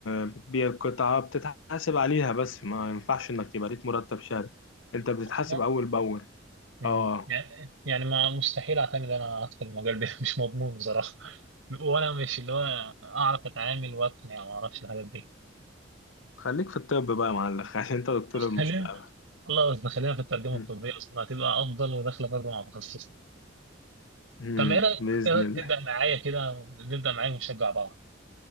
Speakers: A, on the left; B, on the right.
A: بتبيع قطعة بتتحاسب عليها بس ما ينفعش انك تبقى ليك مرتب شهري انت بتتحاسب
B: اصلا
A: اول باول
B: مم.
A: اه
B: يعني يعني ما مستحيل اعتمد انا ادخل المجال ده <laughs> مش مضمون بصراحة وانا مش اللي هو اعرف اتعامل واقنع وما اعرفش الحاجات دي
A: خليك في الطب بقى يا معلم <laughs> عشان انت دكتور المستقبل
B: خلينا الله بس خلينا في الترجمة
A: مم.
B: الطبية أصلا هتبقى أفضل وداخلة برضه مع تخصص
A: مم.
B: طب إيه رأيك
A: بإذن
B: إيه رأيك
A: الله
B: تبدأ معايا كده نبدأ معايا ونشجع بعض